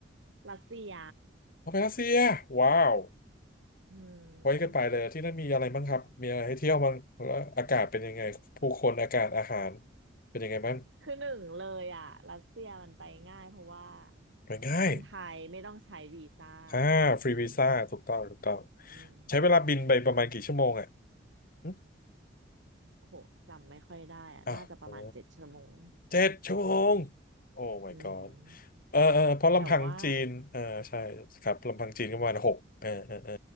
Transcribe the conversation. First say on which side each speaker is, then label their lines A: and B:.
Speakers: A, on the right (about 70°); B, on the left (about 50°).
A: รัสเซีย
B: เอาไปรัสเซียว้าว
A: อื
B: ไว้กันไปเลยที่นั่นมีอะไรบ้างครับมีอะไรให้เที่ยวบ้างแล้วอากาศเป็นยังไงผู้คนอากาศอาหาร
A: ม
B: เป็นยังไงบ้าง
A: คือหนึ่งเลยอ่ะรัสเซียมันไปง่ายเพราะว่า
B: ไปง่าย
A: คนไทยไม่ต้องใช้วีซ่า
B: อ่าฟรีวีซ่าถูกต้องถูกต้อง
A: อืม
B: ใช้เวลาบินไปประมาณกี่ชั่วโมงอ่ะ
A: เออ
B: หึ
A: โหจำไม่ค่อยได้อ่ะน่าจะประมาณเจ็ดชั่วโมง
B: อ้าวเออเจ็ดชั่วโมงโอ้ my
A: อืม
B: god เออเออเพราะลำพังจีนเออใช่ครับลำพังจีนก็ประมาณหกเออเออเออ
A: แต่ว่า